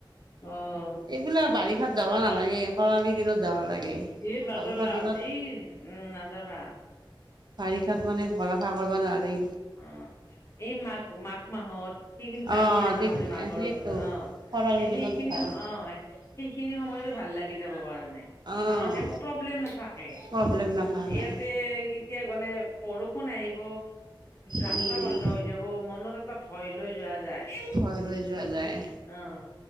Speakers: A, on the left; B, on the right.
A: অহ।
B: এইবিলাক বাৰিষাত যাব নালাগে। খৰালিৰ দিনত যাব লাগে।
A: এই
B: মানে
A: নাজাবা,
B: বাৰিষাৰ দিনত
A: এই উম নাযাবা।
B: বাৰিষাত মানে ভৰষা কৰিব নোৱাৰি।
A: অ এই মাঘ মাঘ মাহত সেইখিনি জানুৱাৰী
B: অ',
A: মাহত যে মাঘৰ
B: সেইটো
A: অ
B: খৰালি দিনত
A: সেইখিনি
B: ভাল
A: অ, সেইখিনি সময়তো ভাল লাগি যাব কাৰণে।
B: অ',
A: কাৰণ একো প্ৰব্লেম নাথাকে,
B: প্ৰব্লেম নাথাকে
A: ইয়াতে এতিয়া গ'লে বৰষুণ আহিব। ৰাস্তা
B: উম,
A: বন্ধ হৈ যাব, মনত এটা ভয় লৈ যোৱা যায়।
B: ভই কৰি যোৱা যায়।
A: অ।